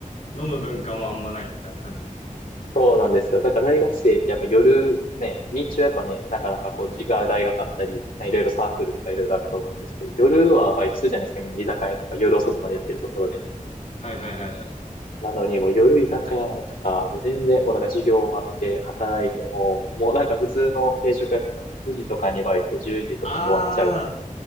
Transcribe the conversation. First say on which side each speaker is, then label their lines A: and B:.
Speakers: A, on the left (about 50°); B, on the left (about 80°).
A: 飲む文化もあんまないみたいな感じなんですか。
B: そうなんですよ。だから大学生ってやっぱ夜、ね、日中はやっぱね、なかなかこう、自が大学あったり、いろいろサークルとかいろいろあると思うんですけど、夜はバイトするじゃないですか、みんな居酒屋とか夜遅くまでやってるところで。
A: はいはいはいはいはい。
B: なのに、もう夜居酒屋ないから、もう全然、もうなんか授業終わって働いても、もうなんか普通の定食屋さんとかで9時とかにバイト、10時とかに終わっちゃうみたいな。
A: あ